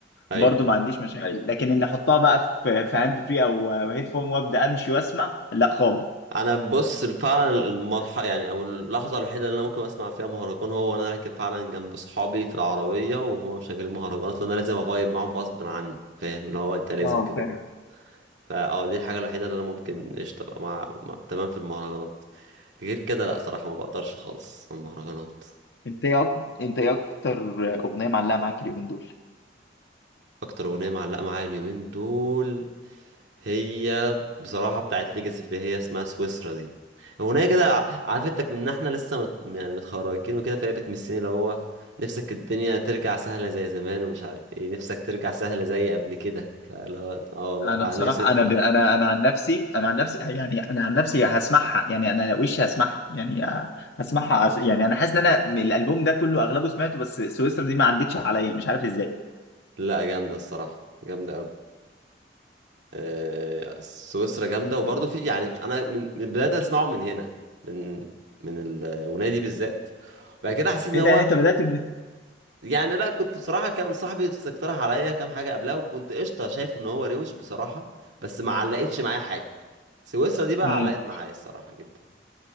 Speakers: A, on the right; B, on the left.
A: ايوه
B: برضو ما عنديش مشاكل ايوه لكن اني احطها بقى في في هاند فري او هيدفون وابدا امشي واسمع لا خالص
A: انا بص فعلا المرحله يعني او اللحظه الوحيده اللي انا ممكن اسمع فيها مهرجان هو وانا راكب فعلا جنب صحابي في العربيه وهما مشغلين مهرجانات وانا لازم افايب معاهم غصب عني فاهم اللي هو انت لازم
B: اه
A: كده
B: فاهم
A: كده فاه دي الحاجه الوحيده اللي انا ممكن قشطه ابقى مع... مع... تمام في المهرجانات غير كده لا صراحه ما بقدرش خالص على المهرجانات
B: انت ايه أك- انت ايه اكتر اغنيه معلقه معاك اليومين دول
A: اكتر اغنيه معلقه معايا اليومين دول هي بصراحة بتاعت ليجاسي اللي هي اسمها سويسرا دي أغنية كده ع- عرفتك من إن إحنا لسه مت يعني متخرجين وكده فهي بتمسني اللي هو نفسك الدنيا ترجع سهلة زي زمان ومش عارف إيه نفسك ترجع سهلة زي قبل كده فاللي هو آه والله
B: انا
A: فعلا
B: بصراحه
A: نفسي تبقى-
B: انا ب... انا انا عن نفسي انا عن نفسي يعني انا عن نفسي هسمعها يعني انا وش هسمعها يعني هسمعها عس- يعني انا حاسس ان انا من الالبوم ده كله اغلبه سمعته بس سويسرا دي ما عدتش عليا مش عارف ازاي
A: <laughs> لا جامدة الصراحة جامدة أوي آه، سويسرا جامدة وبرضه في يعني أنا من من بداية أسمعه من هنا من من الأغنية دي بالذات بعد كده حسيت إن
B: انت
A: هو
B: يعني انت بدات من إيه؟
A: يعني لا كنت بصراحة كان صاحبي استقترح عليا كام حاجة قبلها وكنت قشطة شايف ان هو روش بصراحة بس ما علقتش معايا حاجة سويسرا دي بقى
B: مم.
A: علقت معايا الصراحة جدا